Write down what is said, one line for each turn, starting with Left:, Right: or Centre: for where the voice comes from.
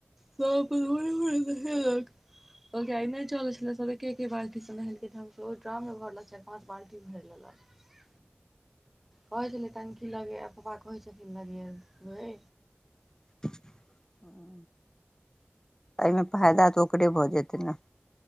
Centre: सब तऽ ओहि में नहेलक। कहलकै आय नै चऽलै छलय सब ऐके-ऐके बाल्टी सऽ नेहेलकै ढंग से, ओहि ड्राम में भरने छलियै। पाँच बाल्टी भरि लेलक। कहै छलै टंकी लगइये पप्पा कहै छथिन लगेबै।
Left: हां, एहिमें फायदा तऽ ओकरे भऽ जेतै ने।